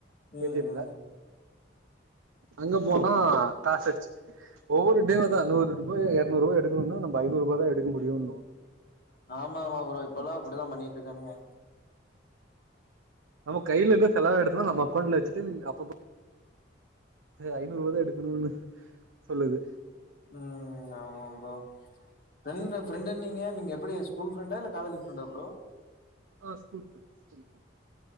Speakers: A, on the left; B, on the right.
A: ம்
B: ஏ டி எம்ல
A: ம்
B: அங்க
A: ஆமா
B: போனா
A: ப்ரோ
B: காசச்சு ஒவ்வொரு டே வ தா நூறு ரூாயா எரநூறு எடுக்கணும்னா நம்ப ஐநூறு ரூபா தா எடுக்க முடியுன்னு
A: ஆமா ஆமா ப்ரோ இப்பல்லா
B: பிரச்சன
A: அப்புடித்தா பண்ணிட்ருக்கானுங்க
B: நம்ம கையில இருந்தா செலவாயிடுந்தா நம்ம அக்கவுண்ட்ல வெச்சுட்டு அப்பப்போ த ஐநூறு ரூபா தா எடுக்கணுன்னு சொல்லுது
A: ம் ஆமா ப்ரோ ஃப்ரெண்டு ஃப்ரெண்டுனீங்க நீங்க எப்புடி ஸ்கூல் ஃப்ரெண்டா இல்ல காலேஜ் ஃப்ரெண்டா ப்ரோ
B: ஆ ஸ்கூல் <unintelligible>